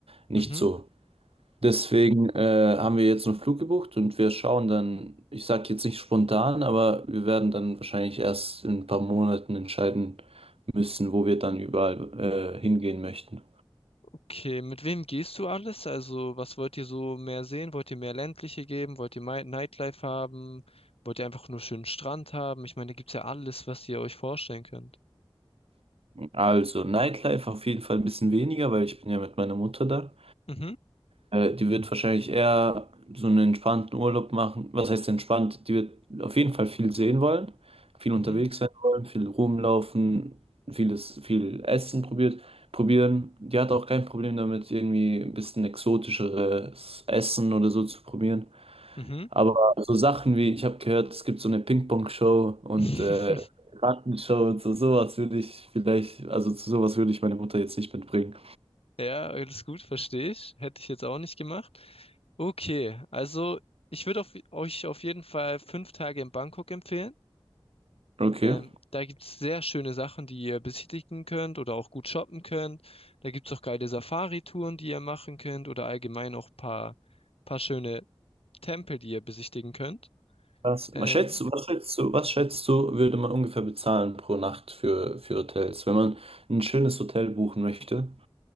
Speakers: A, on the right; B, on the left.
A: nicht
B: Mhm.
A: so. Deswegen äh, haben wir jetzt einen Flug gebucht und wir schauen dann, ich sage jetzt nicht spontan, aber wir werden dann wahrscheinlich erst in ein paar Monaten entscheiden müssen, wo wir dann überall äh, hingehen möchten.
B: Okay, mit wem gehst du alles? Also, was wollt ihr so mehr sehen? Wollt ihr mehr ländliche geben? Wollt ihr Mi- Nightlife haben? Wollt ihr einfach nur schönen Strand haben? Ich meine, da gibt's ja alles, was ihr euch vorstellen könnt.
A: Also, Nightlife auf jeden Fall ein bisschen weniger, weil ich bin ja mit meiner Mutter da.
B: Mhm,
A: Äh, die wird wahrscheinlich eher so einen entspannten Urlaub machen. Was heißt entspannt? Die wird auf jeden Fall viel sehen wollen, viel
B: mhm,
A: unterwegs sein wollen, viel rumlaufen, vieles, viel Essen probiert, probieren. Die hat auch kein Problem damit, irgendwie ein bisschen exotischeres Essen oder so zu probieren.
B: mhm.
A: Aber so Sachen wie, ich habe gehört, es gibt so eine Ping-Pong-Show und
B: <laughs>
A: äh, Rattenshow und so, sowas würde ich vielleicht, also zu sowas würde ich meine Mutter jetzt nicht mitbringen.
B: Ja, alles gut, verstehe ich. Hätte ich jetzt auch nicht gemacht. Okay, also ich würde auf, euch auf jeden Fall fünf Tage in Bangkok empfehlen.
A: Okay.
B: Ähm, da gibt es sehr schöne Sachen, die ihr besichtigen könnt oder auch gut shoppen könnt. Da gibt es auch geile Safari-Touren, die ihr machen könnt oder allgemein auch paar, paar schöne Tempel, die ihr besichtigen könnt.
A: Was,
B: Ähm,
A: was schätzt du, was schätzt du, was schätzt du, würde man ungefähr bezahlen pro Nacht für, für Hotels, wenn man ein schönes Hotel buchen möchte?